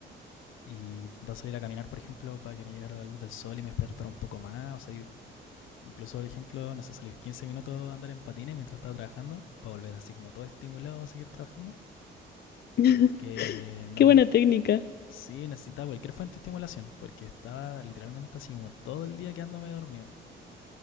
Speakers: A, on the left (about 85°); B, on the left (about 55°).
A: Y intentar salir a caminar, por ejemplo, para que me llegara la luz del sol y me despertara un poco más, o salir Incluso, por ejemplo, no sé, salir 15 minutos a andar en patines mientras estaba trabajando, para volver así como todo estimulado a seguir trabajando,
B: <laughs>
A: porque no
B: Qué buena
A: me,
B: técnica.
A: Sí, necesitaba cualquier fuente de estimulación, porque estaba literalmente así como todo el día quedándome dormido.